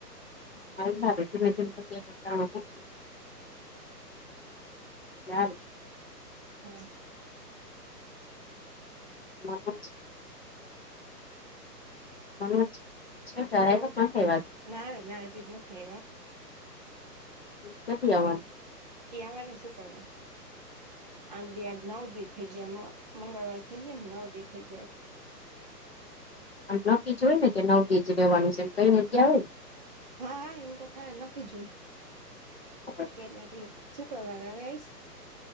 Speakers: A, on the left; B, on the right.
A: હા એ ત ત <unintelligible> આવે
B: હા
A: ના મ થ
B: મને
A: વાત <unintelligible>
B: ના રે ના આજે નથી આવ્યા
A: કેદી આવાના
B: એ આવાનું શું કરવા આ નવ દિ થઈ ગયા મંગળવાર થઈ ગયા ને નવ દિ થઈ ગયા
A: આમ નકીજ હોય ને કે નવકીજ રેવાનું છે એમ કઈ નક આવેય
B: હા હા એમ તો ખ ન જોય
A: હોય
B: કેનાથી શુક્રવારે હવે આવીઈશ